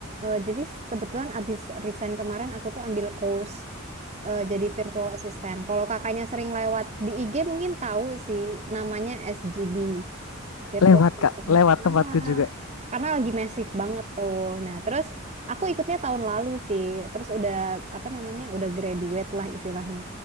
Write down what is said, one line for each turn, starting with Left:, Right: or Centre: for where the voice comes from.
Right: Eh, jadi s- kebetulan abis resign kemarin aku tuh ambil course eh, jadi virtual assistant. Kalau kakaknya sering lewat di IG mungkin tahu sih namanya SGB. virtual
Left: Lewat
Right: meeting.
Left: Kak, lewat
Right: Ah,
Left: tempatku juga.
Right: karena lagi masif banget tuh. Nah, terus aku ikutnya tahun lalu sih. Terus udah apa namanya? Udah graduate lah istilahnya.